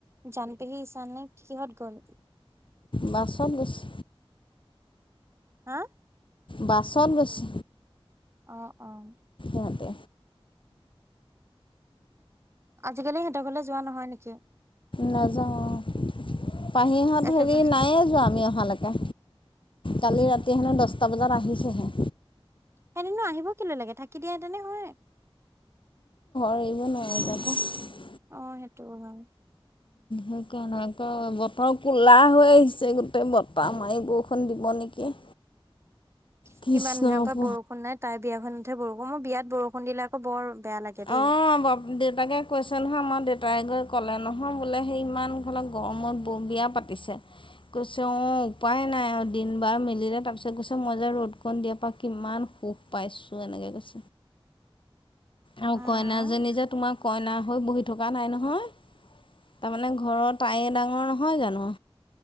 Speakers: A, on the right; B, on the left.
A: জানপেহী ইছানে কিহত গ'ল?
B: বাছত গৈছে।
A: হা?
B: বাচত গৈছে।
A: অ', অ'।
B: তাতে।
A: আজিকালি সিহঁতৰ ঘৰলৈ যোৱা নহয় নেকি?
B: নাযাও অ', পাহিহত
A: একেবাৰে
B: হেৰি নাইে যোৱা আমি অহা লৈকে। কালি ৰাতি হেনো দহটা বজাত আহিছেহে।
A: সিহঁতেনো আহিব কেলৈ লাগে থাকি দিয়া হেতেনে হয়।
B: <unintelligible>
A: অ', সেইটো হয়।
B: <unintelligible> বতৰ কলা হৈ আহিছে গোটেই বতাহ মাৰি বৰষুন দিব নেকি।
A: <inaudible>
B: কৃষ্ণ
A: ইমান দিনৰ পৰা
B: প
A: বৰষুণ নাই তাই বিয়াখনতহে বৰষুণ মই বিয়াত বৰষুণ দিলে আকৌ বৰ বেয়া লাগে দেই।
B: অ', দেউতাকে কৈছে নহয় আমাৰ দেউতাই গৈ ক'লে নহয় বোলে সেই ইমান ঘলে গৰমত ব বিয়া পাতিছে কৈছে অ', উপায় নাই অ', দিন বাৰ মিলিলে তাৰ পিছত গৈছে মই যে ৰ'দ কণ দিয়াৰ পৰা কিমান সুখ পাইছো এনেকে কৈছে।
A: <inaudible>
B: আৰু
A: উম,
B: কইনাজনী যে তোমাৰ কইনা হৈ বহি থকা নাই নহয় তাৰমানে ঘৰত তায়ে ডাঙৰ নহয় জানো।